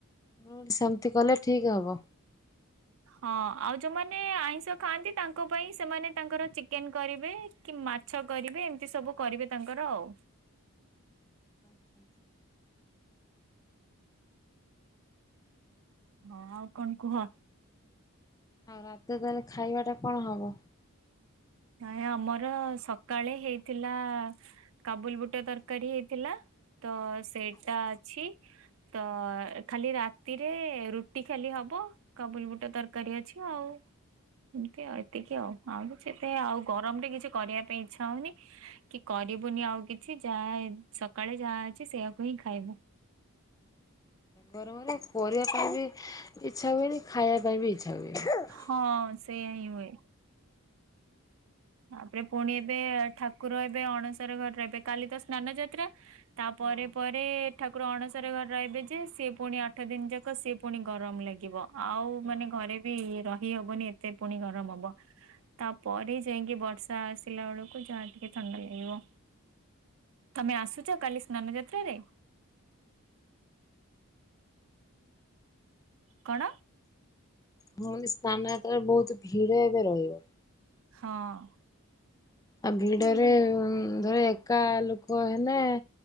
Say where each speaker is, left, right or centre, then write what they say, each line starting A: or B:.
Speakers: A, on the left; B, on the right.
A: <unintelligible> ସେମ୍ତି କଲେ ଠିକ୍ ହବ।
B: ହଁ ଆଉ ଯୋଉମାନେ ଆଇଁଷ ଖାଆନ୍ତି ତାଙ୍କ ପାଇଁ ସେମାନେ ତାଙ୍କର ଚିକେନ୍ କରିବେ। କି ମାଛ କରିବେ ଏମ୍ତି ସବୁ କରିବେ ତାଙ୍କର ଆଉ।
A: <inaudible>
B: ହଁ ଆଉ କଣ କୁହ।
A: ଆଉ ରାତିରେ ତାହଲେ ଖାଇବାଟା କଣ ହବ?
B: ଆ ଆମର ସକାଳେ ହେଇଥିଲା କାବୁଲ୍ ବୁଟ ତରକାରୀ ହେଇଥିଲା ତ ସେଇଟା ଅଛି ତ ଖାଲି ରାତିରେ ରୁଟି ଖାଲି ହବ। କବୁଲ୍ ବୁଟ ତରକାରୀ ଅଛି ଆଉ ଏମିତି ଆଉ ଏତିକି ଆଉ-ଆଉ କିଛି <unintelligible> ଆଉ ଗରମରେ କିଛି କରିବା ପାଇଁ ଇଚ୍ଛା ହଉନି। କି କରିବୁନି ଆଉ କିଛି ଯାହା ସକାଳେ ଯାହା ଅଛି ସେଆକୁ ହିଁ ଖାଇବୁ।
A: ଗରମରେ କରିବା ପାଇଁ ବି ଇଚ୍ଛା ହୁଏନି ଖାଇବା ପାଇଁ ବି ଇଚ୍ଛା ହୁଏନି।
B: ହଁ ସେଇଆ ହଁ ହୁଏ। ତାପରେ ପୁଣି ଏବେ ଠାକୁର ଏବେ ଅଣସାର ଘର ଏବେ କାଲି ତ ସ୍ନାନ ଯାତ୍ରା। ତା
A: ହଁ
B: ପରେରେ ପରେ ଠାକୁର ଅଣ ସର ଘରେ ରହିବେ ଯେ ସିଏ ପୁଣି ଆଠ ଦିନ ଯାକ ସିଏ ପୁଣି ଗରମ ଲାଗିବ ଆଉ
A: ହଁ
B: ମାନେ ଘରେ ବି ର ହି ହବନି ଏତେ ପୁଣି ଗରମ ହବ ତାପରେ ଯାଇକି ବର୍ଷା ଆସିଲା ବେଳକୁ ଯାହା ଟିକେ ଥଣ୍ଡା ଲାଗିବ। ତମେ ଆସୁଛ କାଲି ସ୍ନାନ ଯାତ୍ରାରେ? କଣ
A: <unintelligible> ହ ସ୍ଥାନ ଯାତ୍ରାରେ ବହୁତ ଭିଡ ଏବେ ରହିବ।
B: ହଁ।
A: ଆଉ ଭିଡ଼ରେ
B: ଏଇଟା
A: ଧର ଏକା ଲୋକ ହେଲେ